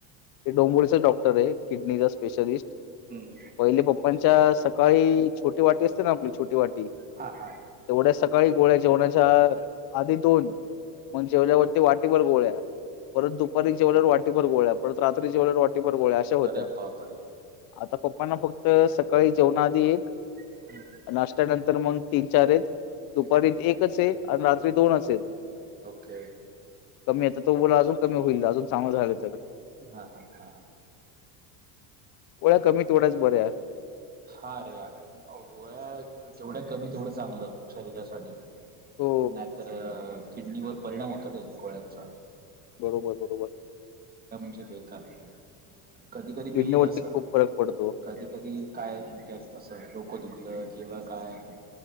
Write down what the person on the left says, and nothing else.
ते डोंबरीच डॉक्ट -- रयं किडनीचा स्पेशलिस्ट.
पहिले पप्पांच्या सकाळी छोटी वाटी असते ना आपली छोटी वाटी
तेवढ्या सकाळी गोळ्या जेवणा -- च्या आधी दोन. मग जेवल्यावरती वाटीभर गोळ्या, परत दुपारी जेवल्यावर वाटीभर गोळ्या, परत रात्री जेवल्यावर वाटी -- गोळ्या अशा होत्या.
आता प -- प्पांना फक्त सकाळी जेवणा आधी एक,
नाश्त्यानंतर मग तीन, चार हेत. दुपारीत
एकचयं आणि रात्री दोनचयं.
कमी येतता. तो बोला अजून कमी होईल. अजून चांगलं झालं तर
गोळ्या कमी तेवढ्याच बऱ्या या --
हो.
बरोबर, बरोबर.
किडनीवरती
खूप फरक पडतो.